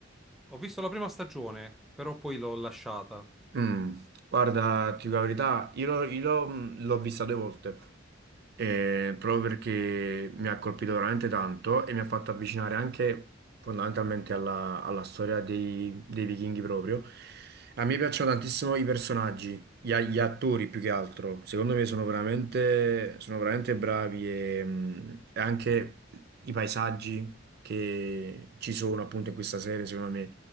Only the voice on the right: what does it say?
Mm, Guarda, ti dico la verità, io l'ho io l'ho- mm, l'ho vista due volte. eh, proprio perché mi ha colpito veramente tanto e mi ha fatto avvicinare anche fondamentalmente alla, alla storia dei, dei vichinghi proprio. A me piacciono tantissimo i personaggi, gli, a- gli attori più che altro. Secondo me sono veramente, sono veramente bravi e, mh, e anche i paesaggi che ci sono appunto in questa serie, secondo me,